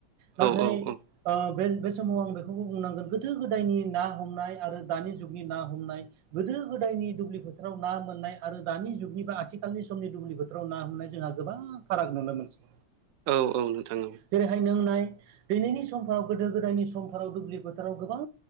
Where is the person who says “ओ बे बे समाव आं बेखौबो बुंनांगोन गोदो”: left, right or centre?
Right